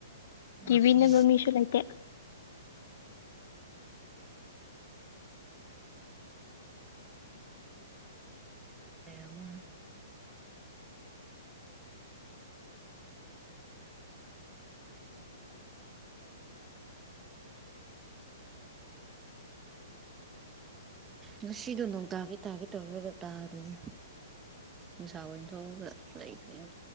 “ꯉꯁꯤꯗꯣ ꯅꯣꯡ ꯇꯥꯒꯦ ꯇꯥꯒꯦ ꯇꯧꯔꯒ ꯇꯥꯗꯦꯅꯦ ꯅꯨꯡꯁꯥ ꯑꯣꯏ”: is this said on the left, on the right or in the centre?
Right